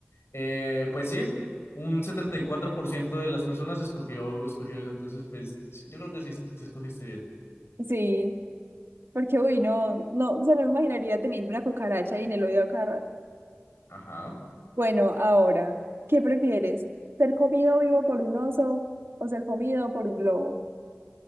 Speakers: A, on the left; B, on the right.
A: eh, pues sí, un 74% de las personas escogió, escogió eso, entonces, pues, sí, yo creo que sí, sí escogiste bien.
B: Sí, porque uy, no, no, se me imaginaría teniendo una cucaracha ahí en el oído a cada rato.
A: Ajá.
B: Bueno, ahora, ¿qué prefieres? ¿Ser comido vivo por un oso o ser comido por un lobo?